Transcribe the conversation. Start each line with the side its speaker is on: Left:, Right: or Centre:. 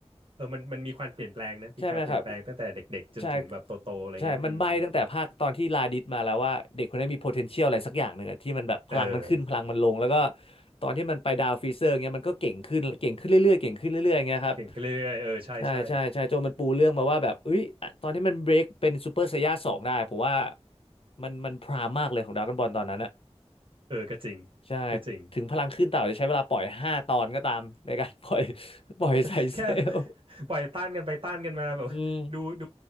Right: เออมันมันมีความเปลี่ยนแปลงนะมีการเปลี่ยนแปลงตั้งแต่เด็กๆจนถึงแบบโตๆอะไรเงี้ยอืม
Left: ใช่ไหมครับใช่ใช่มันใบ้ตั้งแต่ภาคตอนที่ลาดิสมาแล้วว่าเด็กคนนี้มี potential อะไรสักอย่างหนึ่งอะที่มันแบบพลังมันขึ้นพลังมันลงแล้วก็
Right: เออ
Left: ตอนที่มันไปดาวฟรีเซอร์เงี้ยมันก็เก่งขึ้นเก่งขึ้นเรื่อยๆเก่งขึ้นเรื่อยๆเงี้ยครับ
Right: เก่งขึ้นเรื่อยๆเออใช่ใช่
Left: ใช่ใช่ใช่โจมันปูเรื่องมาว่าแบบเอ้ยอะตอนที่มันเบรกเป็นซูเปอร์ไซย่าสองได้ผมว่ามันมันพรามมากเลยของดราก้อนบอลตอนนั้นอะ
Right: เออก็จริง
Left: ใช่
Right: ก็จริง
Left: ถึงพลังขึ้นเต่าจะใช้เวลาปล่อยห้าตอนก็ตามในการ <laughs> ปล่อยปล่อยไซเซล
Right: <laughs> แค่ปล่อยต้านกันไปต้านกันมาแบบ <laughs>
Left: อืม
Right: ดูดู